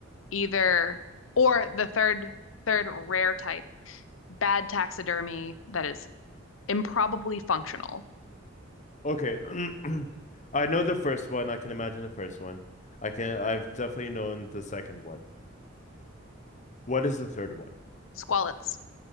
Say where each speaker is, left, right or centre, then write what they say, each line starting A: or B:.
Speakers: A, on the left; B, on the left.
A: Either or the third third rare type, bad taxidermy that is improbably functional.
B: Okay. <clears throat> I know the first one. I can imagine the first one. I can. I've definitely known the second one. What is the third one?
A: Squalets.